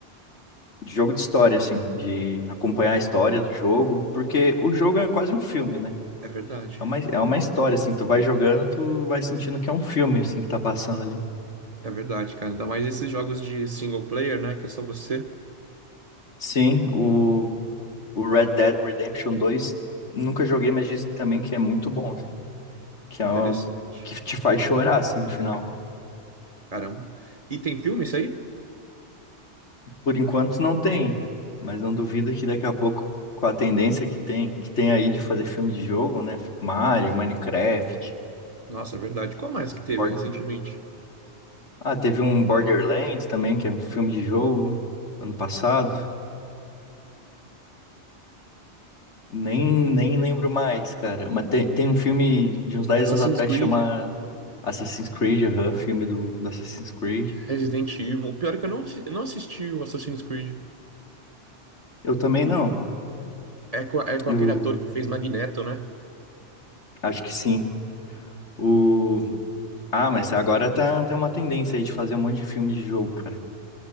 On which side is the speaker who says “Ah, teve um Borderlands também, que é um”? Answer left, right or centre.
Left